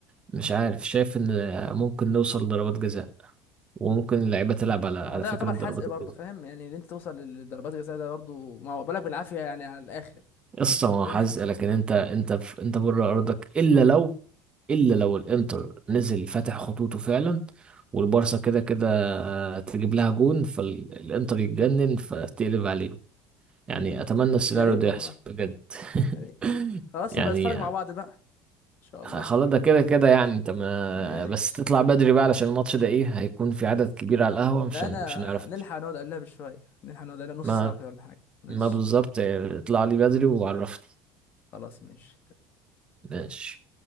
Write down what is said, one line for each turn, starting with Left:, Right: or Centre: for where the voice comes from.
Right: مش عارف شايف ان ممكن نوصل لضربات جزاء وممكن اللعيبه تلعب على على
Left: ما هو ده
Right: فكره
Left: يعتبر
Right: ضربات
Left: حزق برضه
Right: الجزاء
Left: فاهم يعني ان انت توصل للضربات الجزاء ده برضه ما هو بالك بالعافيه يعني على الاخر
Right: قصه ما
Left: فاهم؟
Right: حزق لكن انت انت في انت بره ارضك الا لو الا لو الانتر
Left: <laughs>
Right: نزل فاتح خطوطه فعلا والبارسا كده كده تجيب لها جون فالانتر يتجنن فتقلب عليهم يعني
Left: مم.
Right: اتمنى السيناريو
Left: يا ريت
Right: ده
Left: والله
Right: يحصل بجد
Left: يا ريت
Right: <laughs>
Left: خلاص
Right: يعني
Left: نبقى نتفرج مع بعض بقى ان شاء الله
Right: خ- خلاص ده كده كده يعني انت ما
Left: ماشي
Right: بس تطلع بدري بقى علشان الماتش ده ايه هيكون في عدد كبير على القهوة
Left: لا
Right: مش هن...
Left: لا
Right: مش هنعرف
Left: نلحق نقعد قبلها بشويه نلحق نقعد قبلها نص
Right: ما
Left: ساعه كده ولا حاجه ماشي
Right: ما بالظبط اه، اطلع لي بدري وعرفني
Left: خلاص ماشي
Right: ماشي